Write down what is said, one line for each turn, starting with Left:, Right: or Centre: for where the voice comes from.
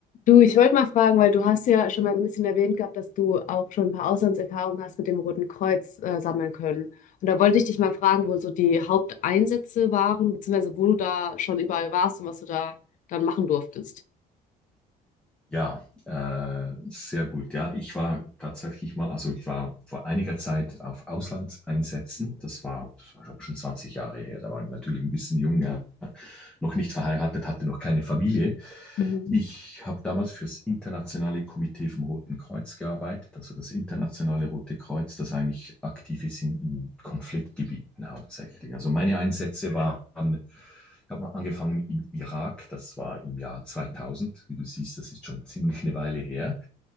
Left: Du, ich wollte mal fragen, weil du hast ja schon mal ein bisschen erwähnt gehabt, dass du auch schon ein paar Auslandserfahrungen hast mit dem Roten Kreuz äh, sammeln können. Und da wollte ich dich mal fragen, wo so die Haupteinsätze waren, beziehungsweise wo du da schon überall warst und was du da dann machen durftest.
Centre: Ja, äh, sehr gut. Ja, ich war tatsächlich mal, also ich war vor einiger Zeit auf Auslandseinsätzen. Das war, das war schon 20 Jahre her. Da war ich natürlich ein bisschen jung, ja noch nicht verheiratet, hatte noch keine Familie.
Left: Mhm.
Centre: Ich habe damals fürs internationale Komitee vom Roten Kreuz gearbeitet, also das internationale Rote Kreuz, das eigentlich aktiv ist in, in Konfliktgebieten hauptsächlich. Also meine Einsätze waren, ich habe mal angefangen im Irak, das war im Jahr 2000. Wie du siehst, das ist schon ziemlich eine Weile her.